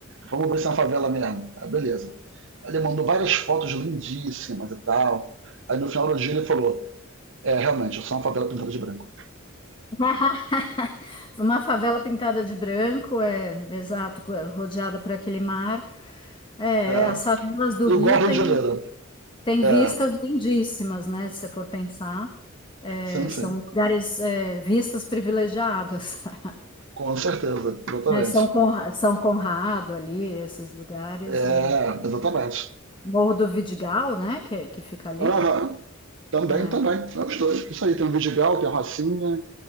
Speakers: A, on the right; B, on the left.
A: Vamos ver se é uma favela mesmo. Ah, beleza. Ele mandou várias fotos lindíssimas e tal. Aí no final do dia ele falou: É, realmente, eu sou uma favela pintada de branco.
B: <laughs> Uma favela pintada de branco, é, exato, rodeada por aquele mar. É,
A: É,
B: as favelas do Rio
A: igual ao
B: têm
A: Rio de Janeiro.
B: têm vistas
A: É,
B: lindíssimas, né? Se você for pensar, É,
A: sim,
B: são
A: sim.
B: lugares, é, vistas privilegiadas. <laughs>
A: Com certeza, exatamente.
B: né? São Conra- São Conrado ali, esses lugares.
A: É,
B: é.
A: exatamente.
B: Morro do Vidigal, né? Que, que fica ali.
A: Aham. Também,
B: É.
A: também. É os dois. Isso aí, tem o Vidigal, tem a Rocinha,